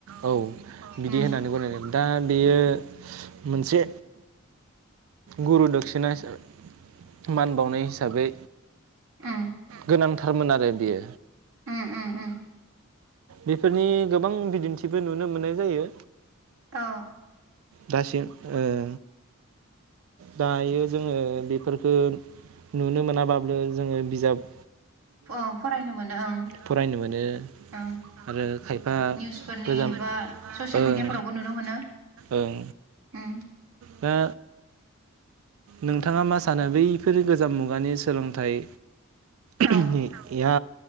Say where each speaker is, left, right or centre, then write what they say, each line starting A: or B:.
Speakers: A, on the right; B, on the right.
A: औ बिदि
B: उम
A: होननानै दा बेयो मोनसे गुरुदक्षिना हिसाबै मान बावनाय हिसाबै
B: उम
A: गोनांथा थारमोन आरो बियो।
B: उम उम उम
A: बेफोरनि गोबां बिदिन्थिफोर नुनो मोननाय जायो।
B: औ
A: दासिम ओ दायो जोङो बेफोरफोरखो नुनो मोनाबाब्लो जोङो बिजाब
B: अ फरायनो मोनो ओं
A: फरायनो मोनो
B: ओं
A: आरो खायफा
B: निउसफोरनि
A: गोजाम
B: बा ससियेल
A: ओं
B: मेडियाफोरावबो नुनो मोनो
A: ओं
B: उम।
A: दा नोंथाङा मा सानो बैफोर गोजाम मुगानि सोलोंथाइ <unintelligible>
B: औ
A: नि या